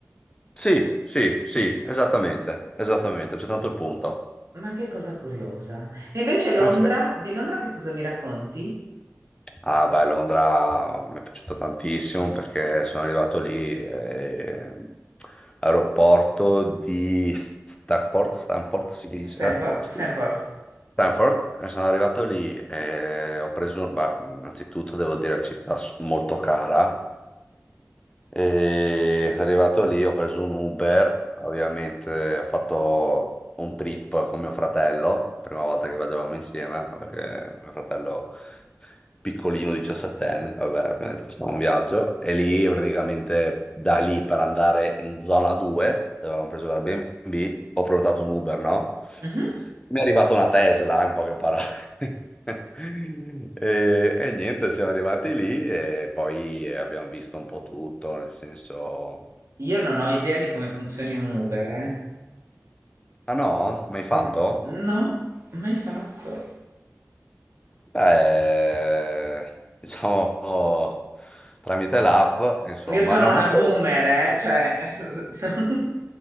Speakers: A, on the left (about 20°); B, on the right (about 70°).
A: Sì, sì, sì, esattamente, esattamente, c'è tanto il punto.
B: Ma che cosa curiosa. E invece Londra,
A: Ah, sì.
B: di Londra che cosa mi racconti?
A: Ah, beh, Londra mi è piaciuta tantissimo perché sono arrivato lì, eh, aeroporto di Stafford, Stanford si dice?
B: Stanford?
A: Boh, sì.
B: Stanford.
A: Stanford, e sono arrivato lì e ho preso, beh, innanzitutto devo dire città s- molto cara, e sono arrivato lì, ho preso un Uber, ovviamente ho fatto un trip con mio fratello, prima volta che viaggiavamo insieme, ma perché mio fratello piccolino, diciassettenne, vabbè, abbiamo detto facciamo un viaggio e lì praticamente da lì per andare in zona 2, dove avevamo preso l'Airbnb, ho prenotato un Uber, no?
B: Mhm.
A: Mi è arrivata una Tesla, in poche parole. <laughs> E, e niente, siamo arrivati lì e poi abbiamo visto un po' tutto, nel senso...
B: Io non ho idea di come funzioni un Uber, eh.
A: Ah no? Mai fatto?
B: Mm, No, mai fatto.
A: Beh, diciamo tramite l'app, insomma,
B: Io sono
A: no,
B: una
A: molto,
B: boomer, eh, Cioè, <laughs>